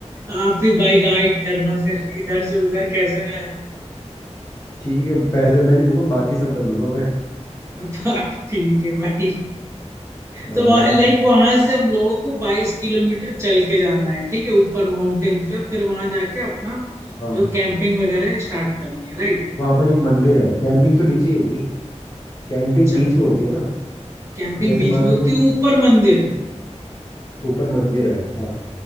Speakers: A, on the right; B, on the left.
A: आप ही भाई गाइड करना फिर इधर से उधर कैसे जाए
B: ठीक है पैसे मैं नहीं दूंगा बाकी सब कर लूंगा मैं
A: <laughs> बस ठीक है भाई
B: <laughs>
A: तो वह, लाइक
B: आ,
A: वहां से हम लोगों को बाईस किलोमीटर चल के जाना है ठीक है ऊपर माउंटेन्स पे फिर वहां जाके अपना
B: हाँ
A: जो कैंपिंग वगैरह है स्टार्ट करनी है राइट
B: वहां पर एक मंदिर है कैंपिंग तो नीचे ही होगी कैंपिंग
A: अच्छा
B: बीच में होती है ना
A: कैंपिंग
B: जैसे
A: बीच
B: मान
A: में
B: लो
A: होती
B: तुम
A: है ऊपर मंदिर है
B: ऊपर मंदिर है हाँ